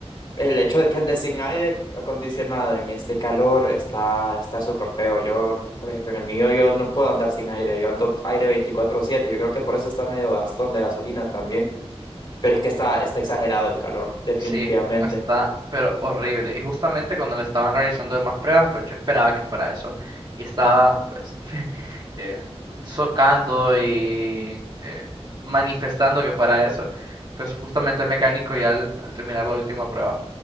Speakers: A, on the left; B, on the right.
A: El hecho de que andes sin aire acondicionado en este calor está está súper feo. Yo, por ejemplo, en el mío yo no puedo andar sin aire. Yo ando aire 24/7. Yo creo que por eso está medio gastón de gasolina también. Pero es que está, está exagerado el calor, definitivamente.
B: Sí, está, pero horrible. Y justamente cuando le estaban realizando demás pruebas, pues yo esperaba que fuera eso. Y estaba, pues, <laughs> eh, socando y eh, manifestando que fuera eso. Pues justamente el mecánico ya al, al terminar la última prueba,